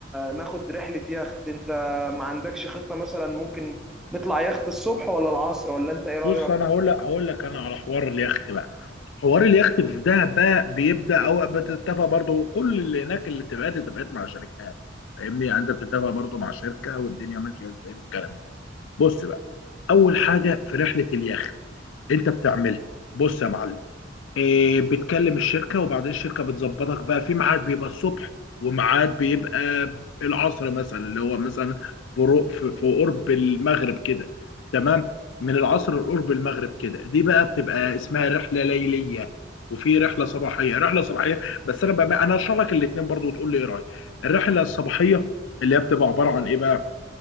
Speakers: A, in the centre; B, on the left.
A: ناخد رحلة يخت انت ما عندكش خطة مثلا ممكن نطلع يخت الصبح ولا العصر ولا انت ايه رأيك
B: بص انا هقول لك هقول لك انا على حوار اليخت بقى حوار اليخت في دهب بقى بيبدا او بتتفق برضو كل اللي هناك اللي اتفقت اتفقت مع شركات فاهمني يعني انت بتتفق برضو مع شركه والدنيا ماشيه ازاي والكلام ده بص بقى اول حاجه في رحله اليخت انت بتعملها بص يا معلم إيه، بتكلم الشركة وبعدين الشركة بتظبطك بقى في ميعاد بيبقى الصبح وميعاد بيبقى العصر مثلا اللي هو مثلا في رو- في في قرب المغرب كده تمام من العصر لقرب المغرب كده دي بقى بتبقى اسمها رحلة ليلية وفي رحلة صباحية رحلة صباحية بس انا بقى انا هشرح لك الاتنين برضو وتقول لي ايه رأيك الرحلة الصباحية اللي هي بتبقى عبارة عن ايه بقى